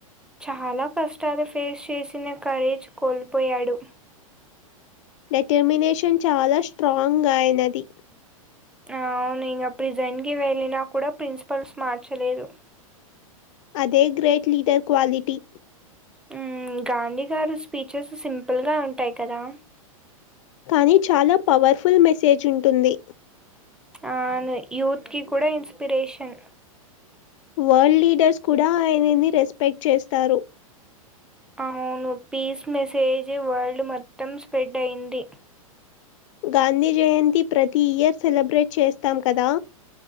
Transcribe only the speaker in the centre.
చాలా కష్టాలు ఫేస్ చేసిన కఖరేజ్ కోల్పోయాడు
అవును ఇకా ప్రిజైన్కి వెళ్ళిన కూడా ప్రిన్సిపల్స్ మార్చలేదు
హు గాంధీ గారు స్పీచెస్ సింపుల్గా ఉంటాయి కదా
ఆను యూత్ కి కూడా ఇన్స్పిరేషన్
అవును పీస్ మెసేజ్ వరల్డ్ మొత్తం స్ప్రెడ్ అయింది